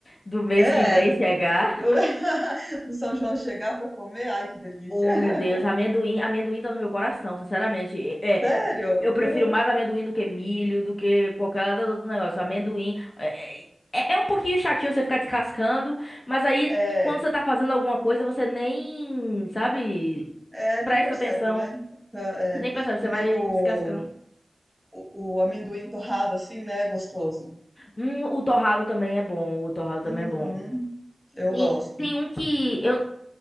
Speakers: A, on the left; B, in the centre.
A: Do mês
B: É,
A: que vem
B: do,
A: chegar.
B: do- <laughs> do São João chegar pra comer, ai que delícia.
A: Oh,
B: <laughs>
A: meu Deus, amendoim, amendoim tá no meu coração, sinceramente. É,
B: Sério?
A: eu prefiro
B: Aham.
A: mais amendoim do que milho, do que qualquer outro outro negócio. Amendoim é, é, é um pouquinho chatinho você ficar descascando, mas aí
B: É,
A: quando você tá fazendo alguma coisa, você nem, sabe,
B: é, nem
A: presta
B: percebe,
A: atenção.
B: né? Aham, É,
A: Você nem percebe,
B: mi-
A: você vai
B: o,
A: descascando.
B: O, o amendoim torrado assim, né? Gostoso.
A: Hum, o torrado também é bom, o torrado
B: Uhum,
A: também é bom.
B: eu
A: Tem,
B: gosto.
A: tem um que eu,